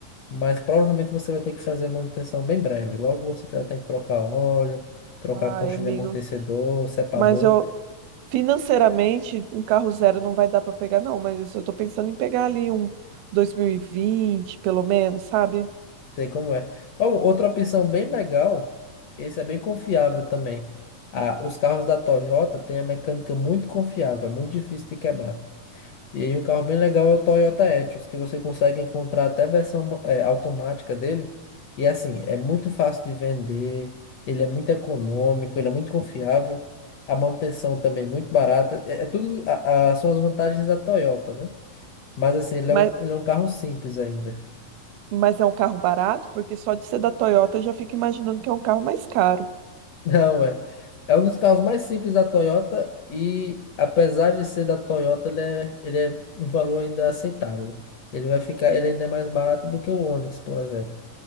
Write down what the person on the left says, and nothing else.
mas provavelmente você vai ter que fazer manutenção bem breve. Logo você vai ter que trocar óleo, trocar
conchinha
de amortecedor, separador.
Sei como é. Ó, outra opção bem legal, esse é bem confiável também. Ah, os carros da Toyota têm a mecânica muito confiável, é muito difícil de quebrar. E aí um carro bem legal é o Toyota Etios, que você consegue encontrar até versão ma- eh, automática dele. E assim, é muito fácil de vender, ele é muito econômico, ele é muito confiável, a manutenção também é muito barata. É, é tudo, a, a- são as vantagens da Toyota, né? Mas assim, ele
é um, ele é um carro simples ainda.
Não, é. É um dos carros mais simples da Toyota e, apesar de ser da Toyota, ele é, ele é um valor ainda aceitável. Ele vai ficar, ele ainda é mais barato do que o Onix, por exemplo.